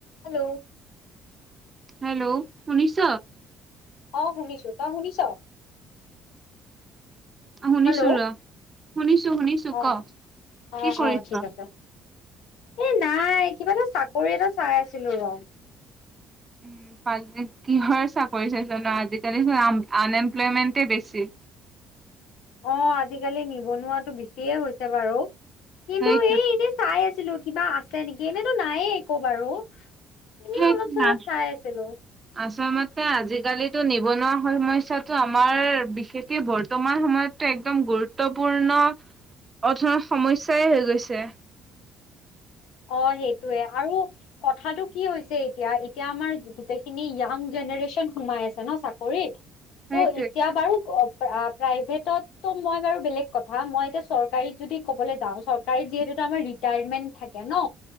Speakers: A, on the left; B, on the right.
A: Hello.
B: Hello শুনিছ?
A: অহ, শুনিছোঁ। তই শুনিছ?
B: শুনিছো
A: হেল্ল'
B: ৰ শুনিছো শুনিছো
A: অহ',
B: ক
A: অহ-অহ'
B: কি কৰিছ?
A: ঠিক আছে। এ নাই কিবা এটা চাকৰি এটা চাই আছিলোঁ ৰ'।
B: <unintelligible> কিহৰ চাকৰি চাইছ ন' আজিকালি আন-আনএমপ্লয়মেণ্টে বেছি।
A: অহ, আজিকালি নিবনুৱাটো বেছিয়ে হৈছে বাৰু কিন্তু
B: সেইটোৱে
A: এ এনেই চাই আছিলোঁ কিবা আছে নেকি, এনেতো নাইয়ে একো বাৰু। এনেই
B: সেইটো
A: অলপ-চলপ
B: না
A: চাই আছিলোঁ।
B: আচলতে আজিকালিতো নিবনুৱা সমস্যটো আমাৰ বিশেষকে বৰ্তমান সময়ত একদম গুৰুত্বপূৰ্ণ অধন সমস্যয়েই হৈ গৈছে।
A: অহ, সেইটোৱে আৰু কথাটো কি হৈছে এতিয়া, এতিয়া আমাৰ গোটেইখিনি য়াং জেনেৰেচন সোমাই আছে ন' চাকৰিত। কৰিত
B: সেইটোৱে
A: ত' এতিয়া বাৰু অ', প্ৰাইভেটতো মই বাৰু বেলেগ কথা। মই এতিয়া চৰকাৰীত যদি ক'বলৈ যাওঁ চৰকাৰীত যিহেতু আমাৰ, ৰিটাইমেণ থাকে ন।